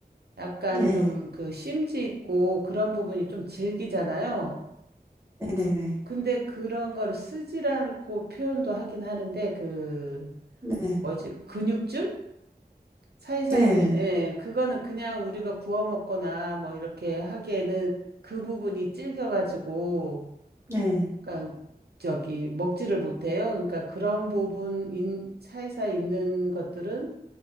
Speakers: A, on the right; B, on the right.
A: 약간
B: 네.
A: 좀 그 심지 있고 그런 부분이 좀 질기잖아요.
B: 네네네.
A: 근데 그런 걸 쓰지 않고 표현도 하긴 하는데 그
B: 네,
A: 뭐지? 근육줄? 사이사이
B: 네,
A: 있는 예, 그거는 그냥 우리가 구워 먹거나 뭐 이렇게 하기에는 그 부분이 질겨 가지고
B: 네.
A: 그러니까 저기 먹지를 못해요. 그러니까 그런 부분 인, 사이사이 있는 것들은